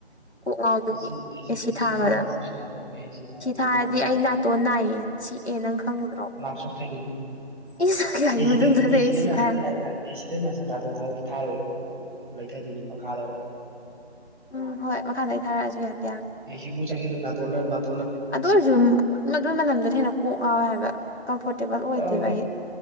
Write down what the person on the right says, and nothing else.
ꯑꯦꯁꯤ ꯑꯦꯁꯤ ꯑꯦꯁꯤ
ꯊꯥꯗꯔꯁꯨ ꯁꯥꯏꯌꯦꯅꯦ ꯑꯦꯁꯤ ꯊꯥꯔꯗꯤ
ꯏꯪ ꯏꯪ
ꯅꯥꯝ ꯁꯣꯛꯇꯣꯏꯅꯤ
ꯑꯦꯁꯤꯗ
ꯑꯦꯁꯤꯗ
ꯅꯥꯇꯣꯟ
ꯅꯥꯏ ꯑꯦꯁꯤꯗ ꯅꯇꯣꯟ ꯊꯥꯔꯣꯏ ꯂꯩꯊꯗꯣꯏꯅꯤ ꯃꯈꯥꯗ ꯑꯣꯏꯅ
ꯑꯦꯁꯤꯕꯨ ꯆꯪ ꯅꯥꯇꯣꯟ ꯅꯞ
ꯆꯠꯂꯣꯗ